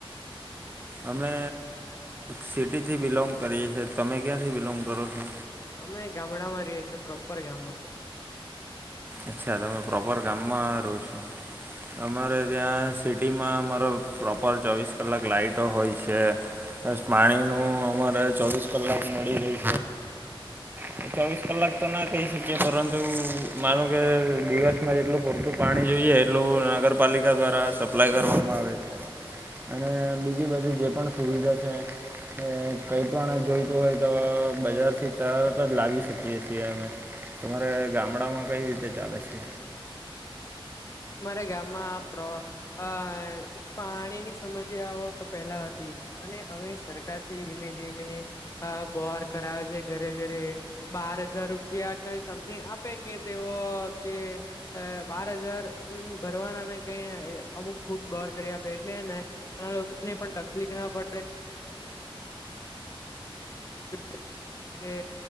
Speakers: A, on the right; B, on the left.
A: અમે સિટીથી બિલોંગ કરીએ છીએ તમે ક્યાંથી બિલોંગ કરો છો
B: અમે ગામડા માં રહીએ છીએ પ્રોપર ગામમાં
A: અચ્છા તમે પ્રોપર ગામમાં રહો છો અમારે ત્યાં સિટીમાં અમારો પ્રોપર ચોવીસ કલાક લાઈટો હોય છે બસ પાણીનું અમારે ચોવીસ કલાક મળી જાય છે ચોવીસ કલાક તો ના કહી શકીએ પરંતુ માનું કે દિવસમાં જેટલું પૂરતું પાણી જોઈએ એટલું નગરપાલિકા દ્વારા સપ્લાય કરવામાં આવે છે અને બીજી બધી જે પણ સુવિધા છે ને કંઈ પણ જોઈતું હોય તો બજારથી તરત જ લાવી શકીએ છીએ અમે તમારે ગામડામાં કઈ રીતે ચાલે છે
B: મારા ગામમાં પ્રવા અ પાણીની સમસ્યાઓ તો પહેલા હતી અને અવે સરકારથી ધીમે ધીમે આ બોહાર કરાવે છે ઘરે ઘરે બાર હજાર રૂપિયા કઈ સમથિંગ આપે કે તેઓ કે બાર હજાર હમ્મ ભરવાના ને કઈ અમુક ફૂટ બહાર કરી આપે એટલે હે ને એ લોકો ને પણ તકલીફ ના પડે <inaudible> જે